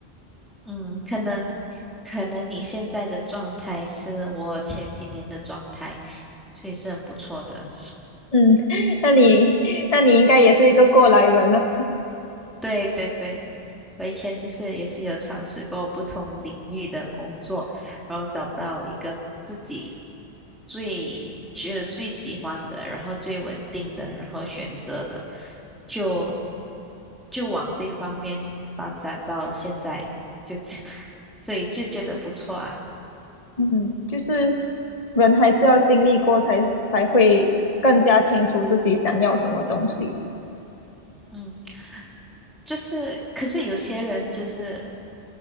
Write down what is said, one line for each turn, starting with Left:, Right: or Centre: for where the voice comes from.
Centre: 嗯，可能可能你现在的状态是我前几年的状态，所以是很不错的。<laughs>
Left: 嗯，<laughs> 那你那你应该也是一个过来人了。
Centre: 对对对，我以前就是也是有尝试过不同领域的工作，然后找到一个自己最觉得最喜欢的，然后最稳定的，然后选择了就就往这方面发展到现在，就 <laughs> 所以就觉得不错啊。
Left: 嗯，就是人还是要经历过才才会更加清楚自己想要什么东西。
Centre: 嗯，就是可是有些人就是。